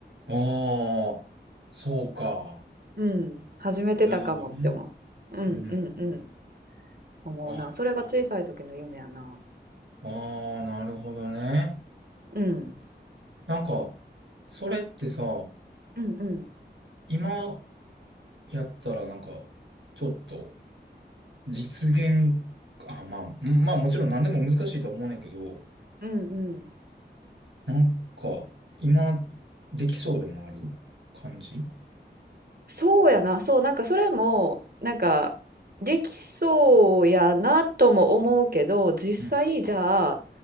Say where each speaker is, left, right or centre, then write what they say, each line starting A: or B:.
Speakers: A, on the right; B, on the right.
A: ああ、そうか。
B: うん始めてたかもって思ううんうんうん
A: 時代のね。うん。
B: 思うなそれが小さい時の夢やな
A: あ、ああ、なるほどね。
B: うん
A: なんか、それってさ、
B: うんうん
A: 今やったらなんか、ちょっと、実現、あ、まあ、うんまあもちろん何でも難しいとは思うねんやけど、
B: うんうん
A: なんか、今、できそうでもある感じ
B: そうやな、そう、なんかそれも、なんか、できそうやなとも思うけど、実際、
A: うん。
B: じゃあ、